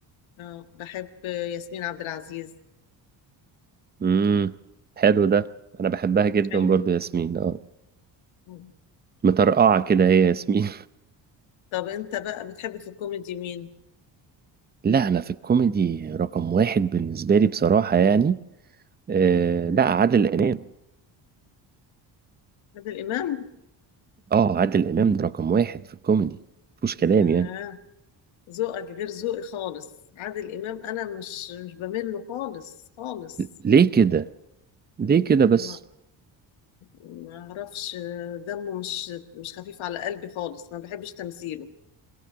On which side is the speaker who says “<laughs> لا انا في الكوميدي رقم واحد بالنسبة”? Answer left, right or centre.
Right